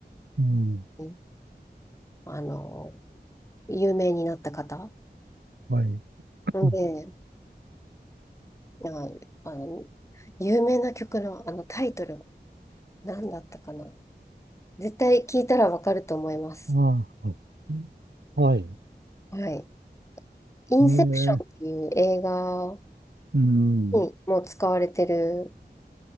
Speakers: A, on the right; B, on the left.
A: うん、
B: うんあの、有名になった方。
A: はい。
B: んで、
A: うん
B: ああの、有名な曲のあのタイトル、何だったかな絶対聞いたらわかると思います。
A: ああ、はい。
B: はい。インセプションっていう映画
A: ええ、うん。
B: にも使われてる、